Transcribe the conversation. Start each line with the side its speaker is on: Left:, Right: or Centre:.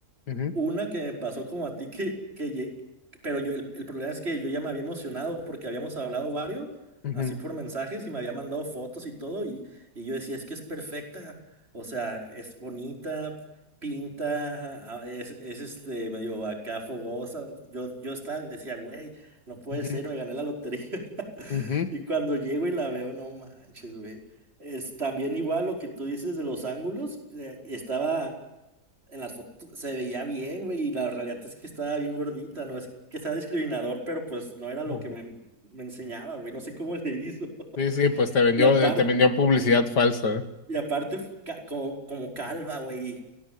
Left: ujú,
Right: una que me pasó como a ti que, que lle- pero yo, el, el problema es que yo ya me había emocionado porque habíamos hablado varios,
Left: ujú,
Right: así por mensajes y me había mandado fotos y todo y, y yo decía, es que es perfecta, o sea, es bonita, pinta, ah, es, es este medio acá fogosa, yo, yo estaba, decía, güey, no puede
Left: ujú,
Right: ser, me gané la lotería. <laughs>
Left: ujú.
Right: Y cuando llego y la veo, no manches, güey. Es también igual lo que tú dices de los ángulos, eh, estaba en las fotos se veía bien, güey, y la realidad es que estaba bien gordita, no es que sea discriminador, pero pues no era lo
Left: Ujú.
Right: que me, me enseñaba, güey, no sé cómo le hizo. <laughs>
Left: Sí, sí, pues te vendió,
Right: Y aparte,
Left: te vendió publicidad falsa. ¿eh?
Right: y aparte fu- ca- como, como calva, güey,